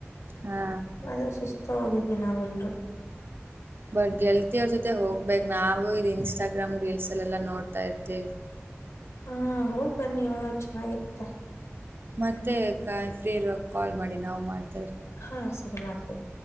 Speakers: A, on the right; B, on the left.
A: ಹಾ
B: ಹಾಗ ಸುಸ್ ಹೋಗಿದ್ವಿ ನಾವೆಲ್ರು
A: ಬಟ್ ಗೆಳತಿಯರ ಜೊತೆ ಹೋಗ್ಬೇಕೇಕ್ ನಾವು ಇ ಇನ್ಸ್ಟಾಗ ಗ್ರಾಮ್ ರೀಲ್ಸ್ಲ್ಲೆಲ್ಲ ನೋಡ್ತಾ ಇರ್ತೀವಿ
B: ಹಾ ಹೋಗ್ ಬನ್ನಿ ಅವಳ ಚೆನ್ನಾಗಿರುತ್ತೆ
A: ಮತ್ತೆ ಫ್ರೀ ಇರುವ ಕಾಲ್ ಮಾಡಿ ನಾವು ಮಾಡ
B: ಹಾ ಸರಿ ಮಾಡ್ತೀವಿ